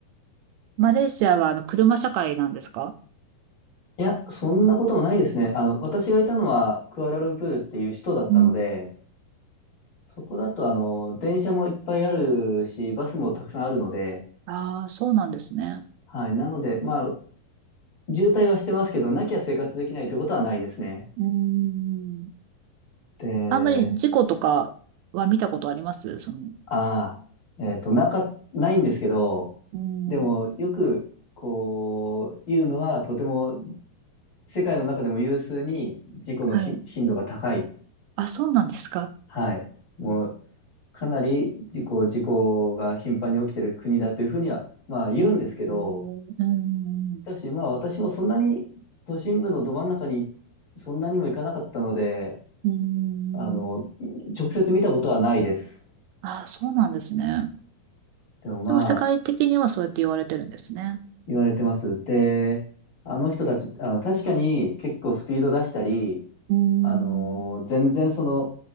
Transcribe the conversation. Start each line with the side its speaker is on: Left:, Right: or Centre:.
Right: マレーシアはあの車社会なんですか
Left: いや、そんなこともないですね。あの、私がいたのはクアラルンプールっていう首都だったので、
Right: うん。
Left: そこだとあの、電車もいっぱいあるし、バスもたくさんあるので、
Right: ああそうなんですね。
Left: はい。なので、まあ、渋滞はしてますけど、なきゃ生活できないということはないですね。
Right: うーん。
Left: で、
Right: あんまり事故とかは見たことありますその、
Left: ああ、えっと、なか、ないんですけど、
Right: うーん。
Left: でも、よく、こう、言うのは、とても、世界の中でも有数に事故のひ頻度が高い。
Right: はい。あ、そうなんですか。
Left: はい。もう、かなり事故、事故が頻繁に起きてる国だというふうには、まあ言うんですけど、
Right: えー、うーん。
Left: しかしまあ私もそんなに都心部のど真ん中にそんなにも行かなかったので、
Right: うーん。
Left: あの、直接見たことはないです。
Right: ああ、そうなんですね。
Left: でもまあ
Right: でも世界的にはそうやって言われてるんですね。
Left: 言われてます。で、あの人たち、あの、確かに結構スピード出したり、
Right: うーん。
Left: あの、全然その、